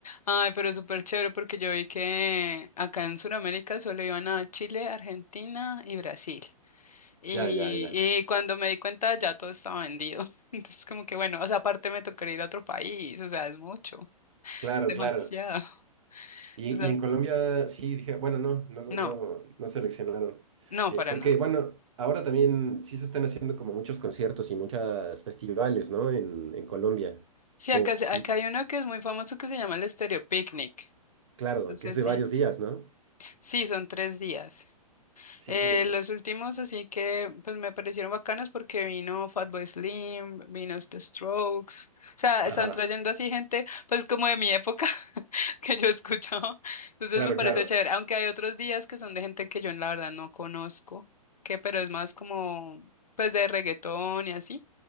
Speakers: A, on the left; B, on the right.
A: Ay, pero súper chévere porque yo vi que acá en Sudamérica solo iban a Chile, Argentina y Brasil. Y,
B: Ya, ya, ya.
A: y cuando me di cuenta ya todo estaba vendido. <laughs> Entonces como que bueno, o sea, aparte me tocaría ir a otro país, o sea, es mucho,
B: Claro,
A: es demasiado.
B: claro.
A: <laughs>
B: Y,
A: O sea,
B: y en Colombia sí dije, bueno, no, no, no,
A: no,
B: no seleccionaron.
A: no,
B: Eh,
A: para
B: porque,
A: nada.
B: bueno, ahora también sí se están haciendo como muchos conciertos y muchos festivales, ¿no? En, en Colombia.
A: Sí,
B: O,
A: acá, se- acá
B: mm,
A: hay uno que es muy famoso que se llama el Estéreo Picnic.
B: claro,
A: No sé
B: que es de
A: si.
B: varios días, ¿no?
A: Sí, son tres días.
B: Sí,
A: Eh,
B: sí.
A: los últimos así que pues me parecieron bacanos porque vino Fatboy Slim, vino The Strokes, o sea,
B: Ajá.
A: están trayendo así gente pues como de mi época <laughs> que yo escuchaba, entonces
B: Claro,
A: me parece
B: claro.
A: chévere, aunque hay otros días que son de gente que yo la verdad no conozco, que pero es más como pues de reggaetón y así,